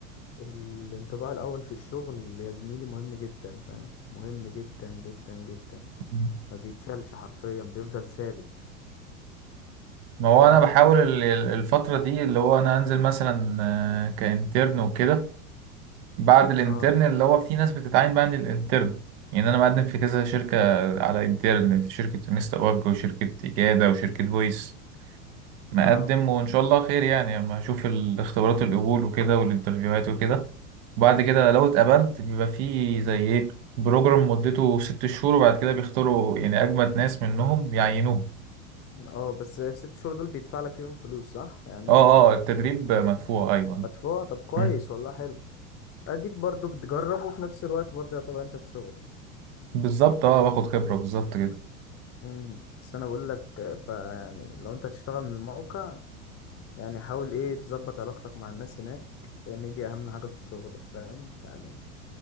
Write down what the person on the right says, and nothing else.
مم.
ما هو
أنا بحاول
ال- ال-
الفترة
دي اللي هو أنا أنزل
مثلا
آه، كإنترن وكده بعد الإنترن
اللي هو في ناس بتتعين بقى للإنترن يعني أنا مقدم في كذا شركة على إنترن في شركة انستا وورك وشركة إجادة وشركة فويس مقدم
وإن شاء الله خير يعني أما أشوف الاختبارات القبول وكده والانترفيوهات وكده وبعد كده لو اتقبلت بيبقى فيه زي إيه بروجرام مدته ست شهور وبعد كده بيختاروا يعني أجمد ناس منهم يعينوهم
اه اه التدريب مدفوع
أيوه
مم.
بالظبط اه باخد خبرة بالظبط كده